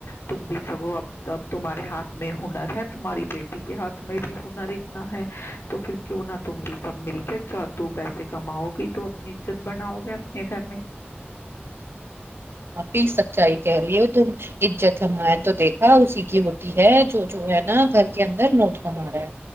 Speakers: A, on the left; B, on the right.
A: تم بھی سگو اب اب تمہارے ہاتھ میں ہنر ہے تمہاری بیٹی کے ہاتھ میں بھی ہنر اتنا ہے تو پھر کیوں نہا تم بھی سب مل کے چ دو پیسے کماؤ گی تو اپنیت بناؤ گے اپنے گھر میں
B: آپی سچائی کہہ رہی ہو تم عزت سمائے تو دیکھا اسی کی ہے جو جو ہے نا گھر کے اندر نوٹ کما رہا ہے